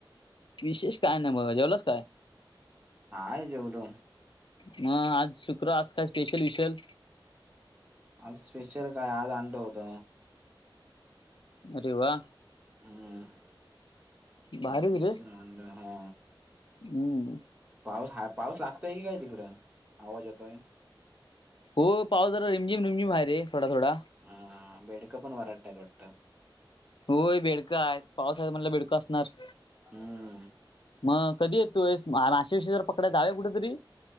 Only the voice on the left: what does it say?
विशेष काय नाही बघा, जेवलास काय?
मग, आज शुक्र आज काय स्पेशल -विशल
अरे व्हा,
भारीच
रे
हम्म
हो पावस जरा रिमझिम रिमझिम हाय रे थोडा थोडा.
होय बेडकां आहेत पावसा म्हटलं बेडकां असणार
मग कधी येत तूस माशे विष जर पकडाला जावे कुठेतरी.